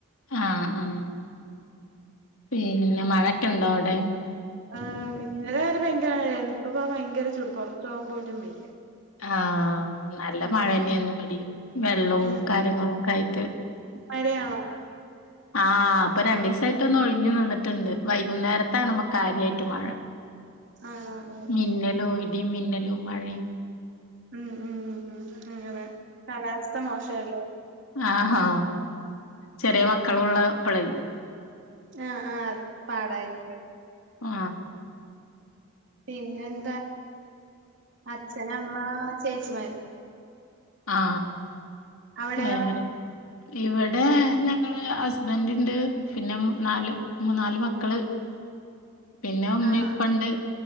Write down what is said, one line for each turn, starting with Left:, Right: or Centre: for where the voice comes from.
Left: ആ ആ പിന്നെ മഴക്കുണ്ടോ അവിടെ
Right: ആ ഇന്നലെവരെ ഭയങ്കരഴ ഇപ്പ ഭയങ്കര ചൂട് പുറത്തു പോവാൻ പോലും വയ്യ
Left: ആ നല്ല
Right: ഉം.
Left: മഴന്നെന്നു വടിം വെള്ളവും
Right: ഉം.
Left: കാര്യങ്ങളു കയിട്ട്
Right: മഴയാണോ
Left: ആ പ്പ രണ്ടീസായിട്ട് ഒന്ന് ഒഴിഞ്ഞ് നിന്ന്ട്ട്ണ്ട് വൈകുന്നേരത്താണ് കാര്യമായിട്ട് മഴ
Right: ആണോ? ഓഹ്
Left: മിന്നലോ
Right: ഓഹ്.
Left: ഇടിം മിന്നൽ ലും മഴയും
Right: ഉം ഉം ഉം ഉം അങ്ങനെ കാലാവസ്ഥ മോശവെല്ലേ
Left: ആ ഹാ ചെറിയ മക്കളുള്ള പ്പളേ
Right: ആ ആഹ് പാടായിരിക്കും
Left: ആ
Right: പിന്നെന്താ അച്ഛൻ അമ്മ ചേച്ചിമാര്
Left: ആ
Right: അവിടെയോ?
Left: വേറെ ഇവിടെ ഞങ്ങള് ഹസ്ബന്റ് ഇണ്ട് പിന്നെ നാല് മൂ നാല്മക്കള് പിന്നെ ഉമ്മി
Right: ആണോ?
Left: ഇപ്പണ്ട്